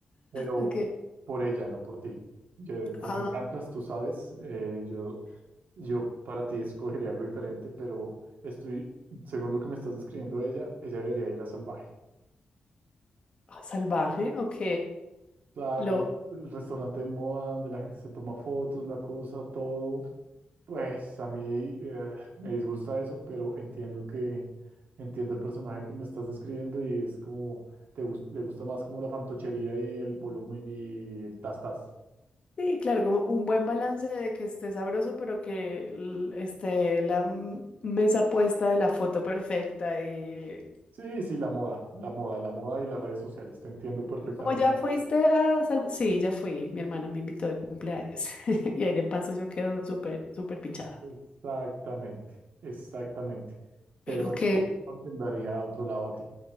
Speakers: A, on the right; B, on the left.
A: pero
B: Ok.
A: por ella, no por ti. Yo- tú
B: Ah,
A: me encantas, tú sabes, eh, yo Yo para ti escogería algo diferente, pero estoy, según lo que me estás describiendo de ella, ella debería ir a Salvaje.
B: salvaje, ok.
A: Claro,
B: Lo,
A: es el restaurante de moda donde la gente se toma fotos, la cosa, todo. Pues a mí eh, me disgusta eso, pero entiendo que entiendo el personaje que me estás describiendo y es como te gus- le gusta más como la fantochería y el volumen y el tas tas.
B: Sí, claro, como un buen balance de que esté sabroso, pero que l- esté la m- mesa puesta de la foto perfecta. Y,
A: Sí, sí, la moda, la moda, la moda y las redes sociales, te entiendo perfectamente.
B: y como ya fuiste a Salva- Sí, ya fui. Mi hermana me invitó de cumpleaños. <laughs> Y ahí de paso yo quedo súper, súper pinchada.
A: Exactamente, exactamente. Pero
B: Pero
A: de
B: que,
A: corazón te daría a otro lado a ti.